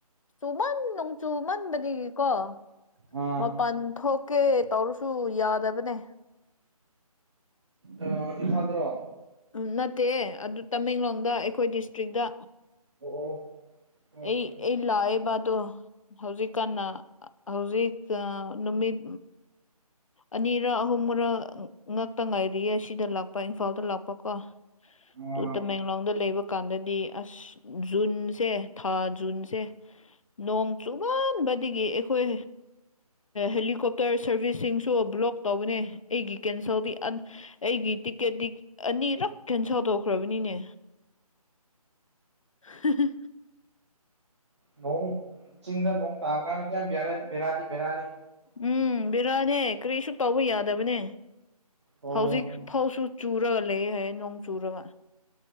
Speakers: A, on the left; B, on the right.
A: ꯆꯨꯃꯟ ꯅꯣꯡ ꯆꯨꯃꯟꯕꯗꯒꯤꯀꯣ
B: ꯑꯥ
A: ꯃꯄꯟ ꯊꯣꯛꯀꯦ ꯇꯧꯔꯁꯨ ꯌꯥꯗꯕꯅꯦ
B: ꯑꯥ ꯏꯝꯐꯥꯜꯗꯔꯣ
A: ꯎꯝ ꯅꯠꯇꯦ ꯑꯗꯨ ꯇꯃꯦꯡꯂꯣꯡꯗ ꯑꯩꯈꯣꯏ ꯗꯤꯁꯇ꯭ꯔꯤꯛꯗ
B: ꯑꯣ ꯑꯣ ꯍꯣꯏ
A: ꯑꯩ
B: ꯍꯣꯏ ꯍꯣꯏ
A: ꯑꯩ ꯂꯥꯑꯦꯕꯗꯣ ꯍꯧꯖꯤꯛꯀꯟꯅ ꯍꯧꯖꯤꯛ ꯅꯨꯃꯤꯠ ꯑꯅꯤꯔ ꯑꯍꯨꯝꯔ ꯉꯛꯇ ꯉꯥꯏꯔꯤꯌꯦ ꯁꯤꯗ ꯂꯥꯛꯄ ꯏꯝꯐꯥꯜꯗ ꯂꯥꯛꯄꯀꯣ
B: ꯑꯥ
A: ꯗꯨ ꯇꯃꯦꯡꯂꯣꯡꯗ ꯂꯩꯕ ꯀꯥꯟꯗꯗꯤ ꯑꯁ ꯖꯨꯟꯁꯦ ꯊꯥ ꯖꯨꯟꯁꯦ ꯅꯣꯡ ꯆꯨꯃꯟꯕꯗꯒꯤ ꯑꯩꯈꯣꯏ ꯍꯦꯂꯤꯀꯣꯞꯇꯔ ꯁꯔꯚꯤꯁꯁꯤꯡꯁꯨ ꯕ꯭ꯂꯣꯛ ꯇꯧꯕꯅꯦ ꯑꯩꯒꯤ ꯀꯦꯟꯁꯦꯜꯗꯤ ꯑꯟ ꯑꯩꯒꯤ ꯇꯤꯛꯀꯦꯠꯇꯤ ꯑꯅꯤꯔꯛ ꯀꯦꯟꯁꯦꯜ ꯇꯧꯈ꯭ꯔꯕꯅꯤꯅꯦ ꯍꯤ ꯍꯤ
B: ꯅꯣꯡ ꯆꯤꯡꯗ ꯅꯣꯡ ꯇꯥꯕ ꯀꯥꯟꯗ ꯌꯥꯝ ꯕꯦꯔꯥꯗꯤ ꯕꯦꯔꯥꯅꯤ ꯕꯦꯔꯥꯅꯤ
A: ꯎꯝ ꯕꯤꯔꯥꯅꯦ ꯀꯔꯤꯁꯨ ꯇꯧꯕ ꯌꯥꯗꯕꯅꯦ
B: ꯑꯣ
A: ꯍꯧꯖꯤꯛ ꯐꯧꯁꯨ ꯆꯨꯔꯒ ꯂꯩ ꯍꯥꯏꯌꯦ ꯅꯣꯡ ꯆꯨꯔꯒ